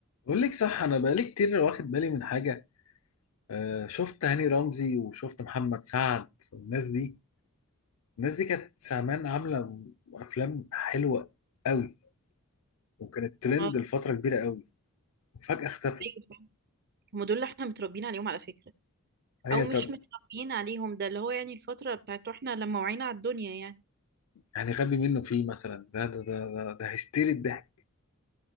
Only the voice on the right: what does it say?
اه
ايوه فعلا. هم دول اللي احنا متربيين عليهم على فكرة
او مش
متربيين عليهم ده اللي هو يعني الفترة بتاعت واحنا لما وعينا على الدنيا يعني